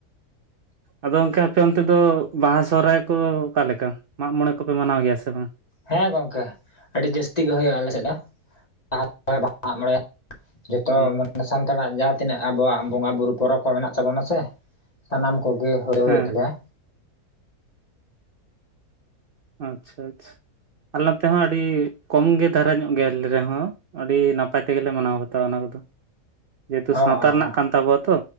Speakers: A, on the right; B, on the left.
A: ᱟᱫᱚ ᱜᱚᱝᱠᱮ ᱟᱯᱮ ᱚᱱᱛᱮ ᱫᱚ ᱵᱟᱦᱟ ᱥᱚᱦᱨᱟᱭ ᱠᱚ ᱚᱠᱟ ᱞᱮᱠᱟ ᱢᱟᱜ ᱢᱚᱬᱮ ᱠᱚᱯᱮ ᱢᱟᱱᱟᱣ ᱜᱮᱭᱟ ᱥᱮ ᱵᱟᱝ?
B: ᱦᱮᱸ ᱜᱚᱝᱠᱮ ᱟᱹᱰᱤ ᱡᱟᱹᱥᱛᱤ ᱜᱮ ᱦᱳᱭᱳᱜ-ᱟ ᱟᱞᱮ ᱥᱮᱫ ᱫᱚ <unintelligible> ᱢᱟᱜ ᱢᱚᱬᱮ <inaudible> ᱡᱷᱚᱛᱚ
A: ᱦᱩᱸ,
B: ᱢᱟᱱᱮ ᱥᱟᱱᱛᱟᱲᱟᱜ ᱡᱟᱛ ᱛᱤᱱᱟᱹᱜ ᱟᱵᱚᱣᱟᱜ ᱵᱚᱸᱜᱟ ᱵᱩᱨᱩ ᱯᱚᱨᱚᱵ ᱠᱚ ᱢᱮᱱᱟᱜ ᱛᱟᱵᱚᱱᱟ ᱥᱮ <inaudible> ᱥᱟᱱᱟᱢ ᱠᱚᱜᱮ ᱦᱳᱨᱮ
A: ᱦᱮᱸ
B: ᱦᱳᱭᱳᱜ ᱛᱟᱞᱮᱭᱟ᱾
A: ᱟᱪᱪᱷᱟ, ᱟᱪᱪᱷᱟ ᱟᱞᱮ ᱚᱛᱮ ᱦᱚᱸ ᱟᱹᱰᱤ ᱠᱚᱢ ᱜᱮ ᱫᱟᱨᱟ ᱧᱚᱜ ᱜᱮᱭᱟᱞᱤ ᱨᱮᱦᱚᱸ ᱟᱹᱰᱤ ᱱᱟᱯᱟᱭ ᱛᱮᱜᱮᱞᱮ ᱢᱟᱱᱟᱣ ᱵᱟᱛᱟᱣᱟ ᱚᱱᱟ ᱠᱚᱫᱚ <inaudible> ᱡᱮᱦᱮᱛᱩ ᱥᱟᱶᱛᱟ
B: ᱚ ᱚ
A: ᱨᱮᱱᱟᱜ
B: ᱚ
A: ᱠᱟᱱ ᱛᱟᱵᱚᱣᱟ ᱛᱚ᱾